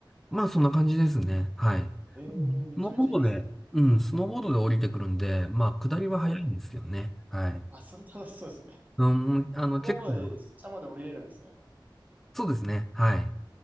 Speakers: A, in the centre; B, on the right.
A: まあ、そんな感じですね。はい。
B: えー、
A: うんスノーボードで、
B: めちゃめちゃいいですね。
A: うん、スノーボードで降りてくるんで、まあ、下りは早いんですけどね。
B: はい。
A: はい。
B: あ、それ楽しそうですね。
A: うん、あの、
B: <laughs> そのままで、
A: 結構、
B: 下まで降りれるんですね。
A: そうですね。はい。